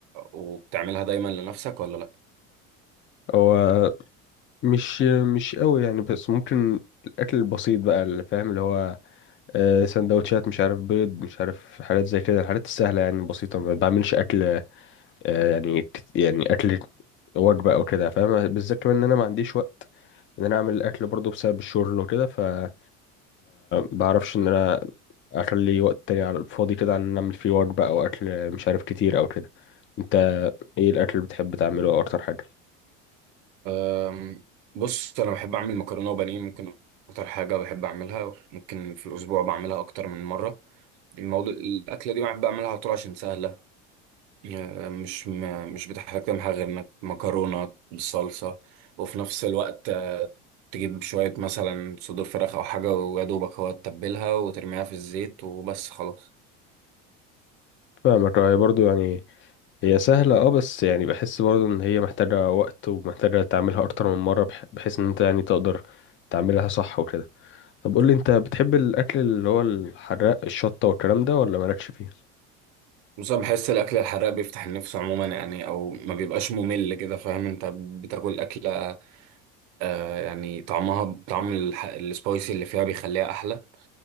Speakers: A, on the right; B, on the left.
A: وبتعملها دايما لنفسك ولا لا
B: هو مش مش قوي يعني بس ممكن الاكل البسيط بقى اللي فاهم اللي هو آه، سندوتشات مش عارف بيض مش عارف حاجات زي كده الحاجات السهله يعني البسيطه ما بعملش اكل آه، يعني كت- يعني اكل وجبه او كده فاهم بالذات كمان ان انا ما عنديش وقت ان انا اعمل الاكل برضه بسبب الشغل وكده فما بعرفش ان انا اخلي وقت تاني على الفاضي كده عن ان اعمل فيه وجبه او اكل مش عارف كتير او كده انت ايه الاكل اللي بتحب تعمله او اكتر حاجه
A: أم، بص انا بحب اعمل مكرونه وبانيه ممكن اكتر حاجه بحب اعملها ممكن في الاسبوع بعملها اكتر من مره الموضوع الاكله دي بحب اعملها على طول عشان سهله آه، مش ما مش بتحتاج تمحى غير انك مكرونه بالصلصه وفي نفس الوقت آه، تجيب شويه مثلا صدور فراخ او حاجه ويا دوبك هو تتبلها وترميها في الزيت وبس خلاص
B: فاهمك هي برضه يعني هي سهلة اه بس يعني بحس برضه ان هي محتاجة وقت ومحتاجة تعملها اكتر من مرة بح- بحيث ان انت يعني تقدر تعملها صح وكده طب قولي انت بتحب الاكل اللي هو الحراق الشطة والكلام ده ولا مالكش فيه
A: بس انا بحس الاكل الحراق بيفتح النفس عموما يعني او ما بيبقاش ممل كده فاهم انت بتاكل اكله آه يعني طعمها طعم الح- السبايسي اللي فيها بيخليها احلى